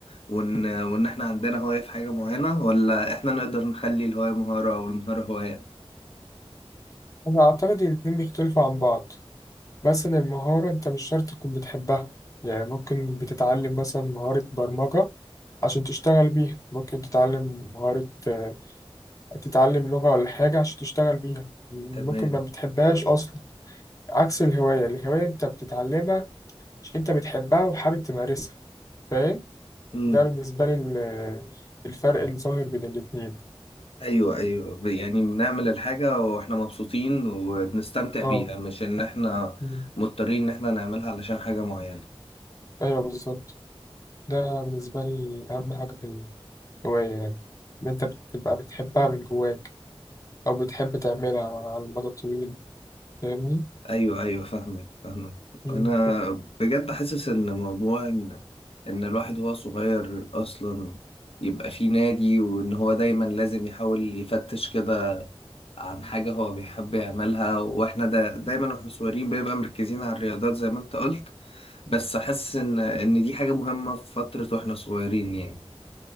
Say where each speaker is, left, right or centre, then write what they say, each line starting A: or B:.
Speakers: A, on the left (about 70°); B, on the left (about 35°).
A: وان وان احنا عندنا هواية في حاجة معينة ولا احنا نقدر نخلي الهواية مهارة او المهارة هواية
B: أنا أعتقد إن الاتنين بيختلفوا عن بعض مثلا المهارة أنت مش شرط تكون بتحبها يعني ممكن بتتعلم مثلا مهارة برمجة عشان تشتغل بيها ممكن تتعلم مهارة آه، تتعلم لغة ولا حاجة عشان تشتغل بيها ممكن
A: تمام
B: ما بتحبهاش أصلا عكس الهواية الهواية أنت بتتعلمها عشان أنت بتحبها وحابب تمارسها فاهم
A: امم
B: ده بالنسبة لي ال- آه، الفرق الظاهر بين الاتنين
A: ايوه ايوه ب- يعني بنعمل الحاجة واحنا مبسوطين وبنستمتع
B: اه
A: بيها مش ان احنا
B: مم.
A: مضطرين ان احنا نعملها علشان حاجة معينة
B: أيوه بالظبط ده بالنسبة لي أهم حاجة في هواية يعني إن أنت بتبقى بتحبها من جواك أو بتحب تعملها على المدى الطويل فاهمني؟
A: ايوه ايوه فاهمك فاهمك
B: مم.
A: انا بجد حاسس ان موضوع ان ان الواحد وهو صغير اصلا يبقى في نادي وان هو دايما لازم يحاول يفتش كده عن حاجة هو بيحب يعملها واحنا دا دايما واحنا صغيرين بنبقى مركزين على الرياضات زي ما انت قلت بس حاسس ان ان دي حاجة مهمة في فترة واحنا صغيرين يعني